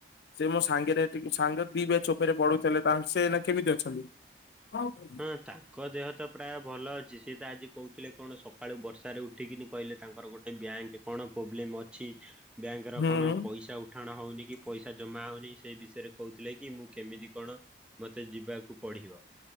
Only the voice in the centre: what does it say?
ହଁ ତାଙ୍କ ଦେହ ତ ପ୍ରାୟ ଭଲ ଅଛି ସିଏ ତ ଆଜି କହୁଥିଲେ କଣ ସକାଳୁ ବର୍ଷାରେ ଉଠିକିନି କହିଲେ ତାଙ୍କର ଗୋଟ ବ୍ୟାଙ୍କ କଣ ପ୍ରୋବ୍ଲେମ ଅଛି ବ୍ୟାଙ୍କର
କଣ
ପଇସା ଉ ଉଠାଣ ହଉନି କି ପଇସା ଜମା ହଉନି ସେ ବିଷୟରେ କହୁଥିଲେ କି ମୁଁ କେମିତି କଣ ମତେ ଯିବାକୁ ପଡିବ।